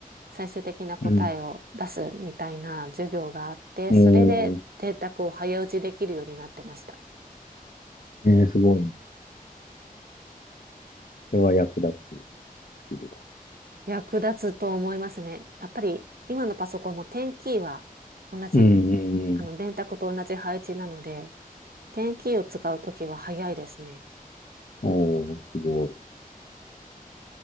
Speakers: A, on the right; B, on the left.
A: 最終的な答えを出すみたいな授業があって、
B: うん。おー、
A: それで電卓を早打ちできるようになってました。
B: えー、すごいね。それは役立つスキルだ。
A: 役立つと思いますね。やっぱり今のパソコンもテンキーは同じ、
B: うんうんうん。
A: あの電卓と同じ配置なので、テンキーを使うときは早いですね。
B: おー、すご